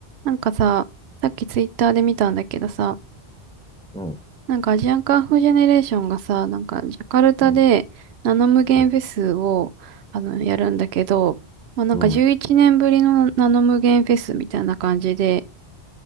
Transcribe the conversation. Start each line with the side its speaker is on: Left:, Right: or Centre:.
Right: なんかさ、さっきツイッターで見たんだけどさ、
Centre: うん、
Right: なんかアジアンカンフージェネレーションがさ、なんかジャカルタでナノ無限フェスをあのやるんだけど、
Centre: うん、え、
Right: まあ、なんか11年ぶりのナノ無限フェスみたいな感じで、
Centre: うん。